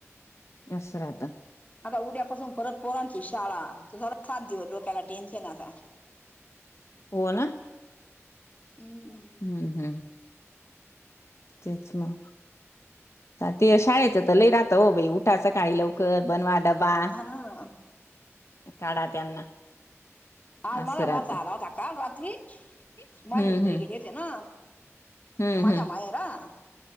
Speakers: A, on the left; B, on the left.
A: असस राहतं
B: आता उद्यापासून परत पोरांची शाळा परत सात दिवस डोक्याला टेन्शन आता.
A: हो ना.
B: हम्
A: हम्म हम्म तेच मग ते शाळेत तर लई राहता हो उठ उठाच काळी लवकर बनवा डबा
B: हा
A: काढा त्यांना
B: आज
A: असं
B: माझा
A: राहत
B: भाचा आला होता काल रात्री.
A: हम्म
B: माय मिस्ट्री
A: हम्म
B: गेलीेत ना
A: हम्म
B: माझा
A: हम्म
B: माया. हा